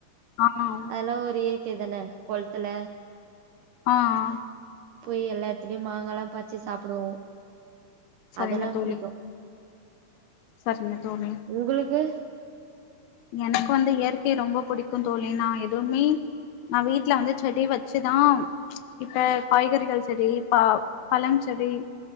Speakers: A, on the left; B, on the right.
A: ஆ ஆ
B: அதெல்லா ஒரு இயற்கை தான கொள்த்துல
A: ஆ ஆ
B: போய் எல்லா எடத்துலயு மாங்கால்லா பறிச்சு சாப்டுவோ
A: சரிங்க
B: அதெல்லா
A: தோழி
B: புடிக்கு
A: சரிங்க தோழி
B: உங்களுக்கு
A: எனக்கு வந்து இயற்கை ரொம்ப புடிக்கு தோழி நா எதுவுமே நா வீட்ல வந்து செடி வச்சுதா இப்ப காய்கறிகள் செடி பா பழம் செடி